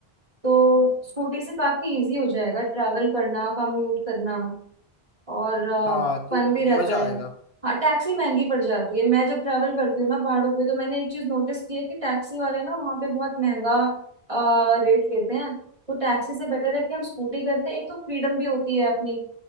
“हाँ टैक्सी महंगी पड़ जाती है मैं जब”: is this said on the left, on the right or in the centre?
Right